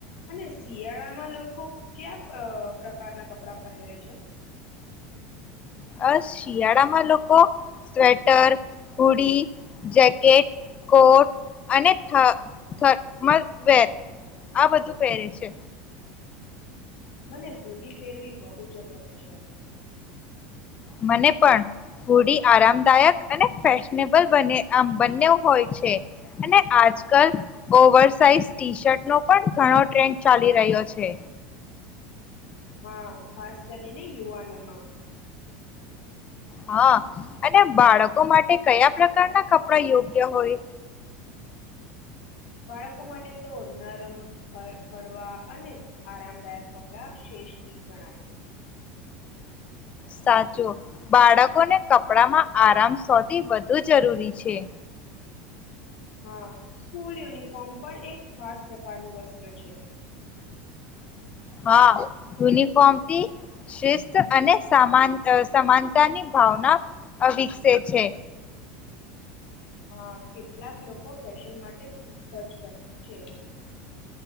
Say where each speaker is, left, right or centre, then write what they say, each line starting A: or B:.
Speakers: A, on the left; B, on the left.
A: અને શિયાળામાં લોકો ક્યા પ્રકારના કપડા પહેરે છે?
B: અ શિયાળામાં લોકો સ્વેટર હોુડી જેકેટ કોટ અને થ થમ વર આ બધું પહેરે છે
A: મને હોુડી પેરવી બહુ જ ગમે છે.
B: મને પણ હોુડી આરામદાયક અને ફેશનેબલ આમ બન્ને હોય છે? અને આજકાલ ઓવર સાઇઝ ટી શર્ટનો પણ ઘણો ટ્રેન્ડ ચાલી રહ્યો છે.
A: હા, ખાસ કરીને યુવાનોમાં
B: હા, અને બાળકો માટે કયા પ્રકારના કપડા યોગ્ય હોય?
A: બાળકો માટે તો નરમ હળવા અને આરામદાયક કપડા શ્રેષ્ઠ જ ગણાય.
B: સાચું, બાળકોને કપડા માં આરામ સોધી વધ શ જરૂરી છે.
A: હા, સ્કૂલ યુનિફોર્મ પણ એક ખાસ પ્રકારનું વસ્ત્ર છે.
B: હા <inaudible> પતી શિસ્ત અને સામાન. અ સમાનતાની ભાવના વિકસે છે.
A: હા, કેટલાક લોકો ફેશન માટે ખૂબ ખર્ચ છે.